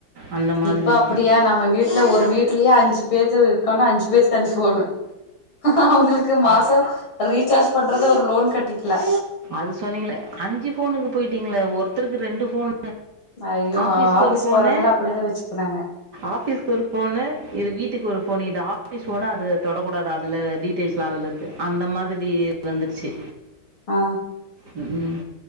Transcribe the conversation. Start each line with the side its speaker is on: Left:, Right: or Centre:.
Right: அந்த மாதிரி
Left: இப்ப
Right: இருக்கும்.
Left: அப்டியா நம்ம வீட்ல ஒரு வீட்லயே அஞ்சு பேஜர் இருக் கோனா அஞ்சு பேஜ்க்கு அஞ்சு ஃபோன்னு அவங்களுக்கு மாசோ
Right: அ
Left: ரீசார்ஜ் பண் பண்றது ஒரு லோன் கட்டிக்கலா
Right: அது சொன்னீங்களே அஞ்சு ஃபோன்னுக்கு போயிட்டீங்களே ஒருத்தருக்கு ரெண்டு ஃபோன்
Left: அய்யோ
Right: ஆஃபீஸ்க்கு
Left: ஆஃபீஸ்
Right: ஒரு ஃபோனு
Left: போறவங்களா அப்டிதா வெச்சுக்குறாங்க
Right: ஆஃபீஸ்க்கு ஒரு ஃபோன்னு இது வீட்டுக்கு ஒரு ஃபோன்னு இது ஆபிஸ் ஃபோன்னு அது தொடக்கூடாது இது தொடக்கூடாது அதுல டீடெயில்ஸ்லா அதுல இருக் அந்த மாதிரி வந்துருச்சு
Left: ஆ
Right: ஹ் ஹ் ம்